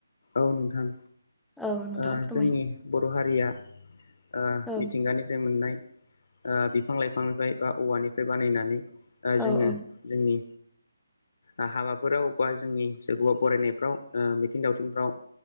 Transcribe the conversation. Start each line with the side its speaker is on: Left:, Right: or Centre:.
Left: औ नोंथां।
Centre: औ नोंथां
Left: ओ
Centre: फोरमाय
Left: जोंनि बर' हारिया ओ
Centre: औ
Left: मिथिंगानिफ्राय मोननाय ओ बिफां लाइफांनिफ्राय बा औवानिफ्राय बानायनानै ओ
Centre: औ
Left: जोङो
Centre: औ
Left: जोंनि आ हाबाफोराव बा जोंनि सोरखौबा बरायनायफ्राव ओ मिथिं दावथिं ओ